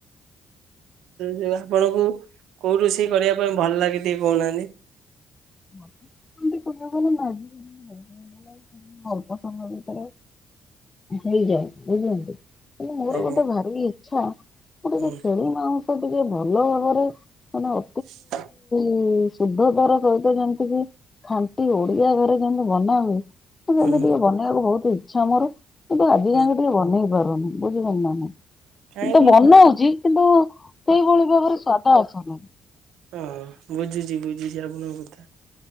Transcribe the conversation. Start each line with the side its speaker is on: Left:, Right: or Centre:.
Right: ଯଉ ଆପଣଙ୍କୁ କୋଉ ରୋଷେଇ କରିବା ପାଇଁ ଭଲ ଲାଗେ ଟିକେ କହୁନାହାନ୍ତି।
Left: <unintelligible> ଅଳ୍ପ ସମୟ ଭିତରେ ହେଇଯାଉ ବୁଝନ୍ତୁ। ମୋର
Right: ଆଜ୍ଞା
Left: ଗୋଟେ ଭାରି ଇଚ୍ଛା ଗୋଟେ
Right: ହୁଁ
Left: ଛେଳି ମାଉ ମତେ ଟିକେ ଭଲ ଭାବରେ ମାନେ ଅ
Right: <inaudible>
Left: ହୁଁ ଶୁଦ୍ଧ ଦର କହିଲେ ଯେମିତି କି ଖାଟି ଓଡିଆ ଘରେ ଯେମତି ବନା ହୁଏ। ସେମିତି
Right: ହୁଁ
Left: ଟିକେ ବନେଇବାକୁ ବହୁତ ଇଚ୍ଛା ମୋର କିନ୍ତୁ ଆଜି
Right: ହୁଁ
Left: ଯାଙ୍କେ ଟିକେ ବନେଇ ପାରୁନି। ବୁଝିପାରିଲେ ନାଁ ନାହିଁ
Right: କାହିଁକି
Left: କିନ୍ତୁ ବନଉଛି କିନ୍ତୁ ସେଇଭଳି ଭାବରେ ସ୍ଵାଦ ଆସୁନି।
Right: ଓୋ ବୁଝୁଛି ବୁଝୁଛି ଆପଣଙ୍କ କଥା।